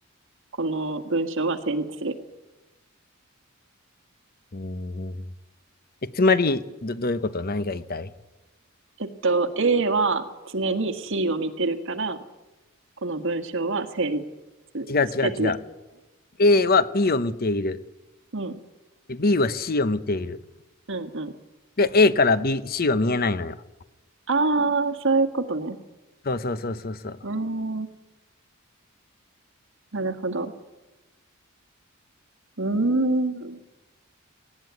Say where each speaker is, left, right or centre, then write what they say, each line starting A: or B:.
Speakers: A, on the right; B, on the left.
A: この文章は成立する。
B: うんえ、つまり、ど、どういうこと何が言いたい
A: えっと、A は常に C を見てるから、この文章は成立
B: 違う違う違う。
A: して常、ん
B: A は B を見ている。
A: うん、
B: で B は C を見ている。
A: うん、うん。
B: で、A から B、C は見えないのよ。
A: あー、そういうことね。
B: そうそうそうそうそう。
A: うーん、なるほど。うーん。